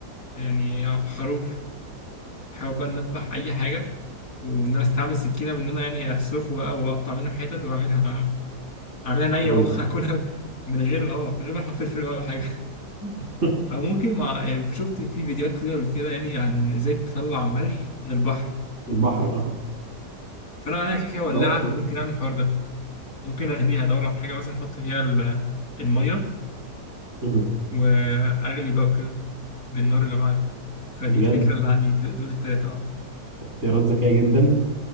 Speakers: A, on the left; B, on the right.
A: يعني خروف حاول بقى ان اذبح اي حاجه وان انا استعمل السكينه بان انا يعني اسلخه بقى واقطع منه حتت واعملها اعملها نيه
B: تاكلها
A: بقى <laughs> واكلها من غير اه من غير ما احط فلفل ولا حاجه <laughs>
B: <laughs>
A: او ممكن مع يعني شفت في فيديوهات كده قبل كده يعني عن ازاي تطلع ملح من البحر
B: البحر اه
A: فانا عليها كيكه ولاعه
B: ده اوبشن
A: فممكن اعمل الحوار ده ممكن اغليها ادور على حاجه مثلا احط فيها ال- الميه
B: مم.
A: واغلي بقى وكده بالنار اللي معايا فدي
B: بجد
A: الفكره اللي عندي د- دول التلاته اه
B: اختيارات ذكيه جدا